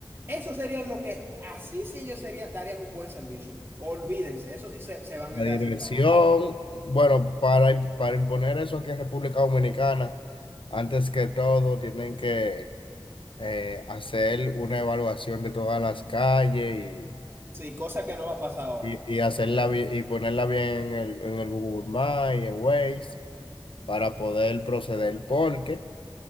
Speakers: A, on the right; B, on the left.
A: Eso sería lo que, así sí ellos sería, darían un buen servicio. Olvídense, eso sí se, se van
B: La
A: a quedar
B: diversión,
A: sin trabajo.
B: bueno, para, im- para imponer eso aquí en República Dominicana, antes que todo, tienen que eh, hacer una evaluación de todas las calles y,
A: Sí, cosa que no va a pasar ahora.
B: y, y hacerla bi- y ponerla bien en el, en el Google Maps y en Waze para poder proceder, porque